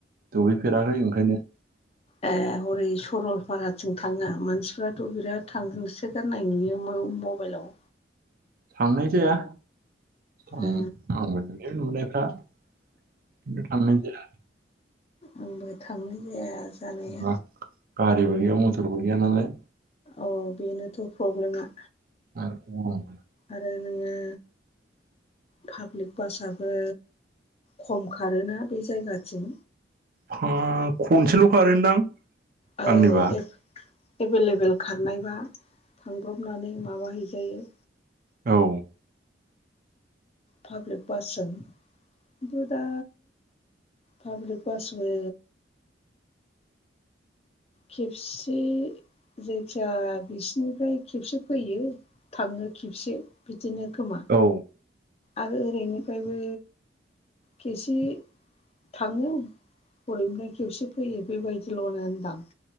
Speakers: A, on the right; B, on the left.
A: दुगैफेराखै ओंखायनो <inaudible>
B: ए हरै सरलपाराथिं थाङा मानसिफ्राथ' बिराद थांहोसोगार नाय नुयो मबाइलाव
A: थांनाय जाया आंबो
B: ओ
A: नुयो नुनायफ्रा खिन्थु थांनाय जाया
B: आंबो थांनाय जानाया
A: थाङा
B: जाया
A: गारिबो गैया मटरबो गैया नालाय
B: औ बेनोथ' प्रब्लेमा
A: आर गरम
B: आरो नोङो पाब्लिक बासाबो खम खारोना बे जायगाथिं
A: खार खनसेल' खारोदां
B: औ
A: आंनिबा
B: एफ एभेलेबेल खारनायबा थांब्रबनानै माबा हैैजायो
A: औ
B: पाब्लिक बासजों खिन्थु दा पाब्लिक बासबो खेबसे जायखिया बिसिनिफ्राय खेबसे फैयो थाङो खेबसे बिदिनो खोमा।
A: औ
B: आरो ओरैनिफ्रायबो खेसे थाङो हरैनिफ्राय खेबसे फैयो बेबायदिल'नोनदां।